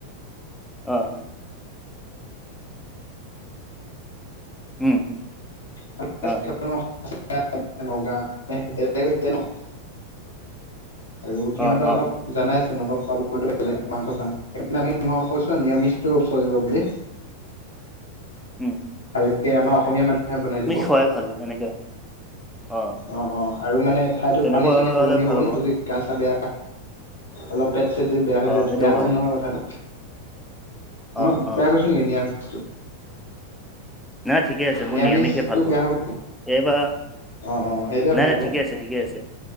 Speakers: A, in the centre; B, on the left.
A: অ উম
B: <unintelligible>
A: অ
B: আৰু সিহঁতৰ
A: অ
B: অলপ
A: অ
B: জানাইছোন আমাৰ খোৱা বোৱাটো বেলেগ মাংস চাংখ সেইকাৰণে মই কৈছো নিৰামিষটো চলিব বুলি।
A: উম।
B: এই আমাৰ অসমীয়া মানুহে বনাই দিব।
A: নোখোৱাই ভাল সেনেকে অ।
B: অ অ আৰু মানে ঠাইতো
A: তেনেকুৱা
B: পানী চানী সলনি
A: হলে ভাল
B: হ'ব ন। গা চা বেয়া অলপ পেট চেট যদি বেয়া হৈ
A: অ
B: যায়
A: সেইটো
B: বেয়া হ'ব
A: হয়
B: নহয় কথাটো। মই
A: অ অ
B: বেয়া কৈছো নেকি নিৰামিষ
A: নাই ঠিকে আছে মই
B: নিৰামিষটো
A: নিৰামিষেইে ভাল পাওঁ।
B: বেয়া হ'ব
A: এইবাৰ
B: অ অ সেইটোৱে
A: নাই
B: ভাল হ'ব
A: নাই ঠিকে আছে ঠিকে আছে।